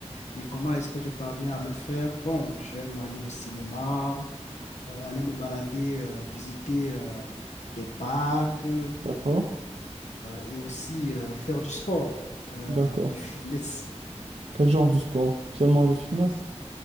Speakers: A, on the left; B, on the right.
A: et comment est-ce que je parviens à le faire? Bon, j'aime aller au cinéma, euh, aller me balader, euh, visiter euh, des parcs euh,
B: d'accord,
A: et aussi euh, faire du sport, euh,
B: d'accord.
A: du fitness.
B: Quel genre de sport? Seulement le fitness?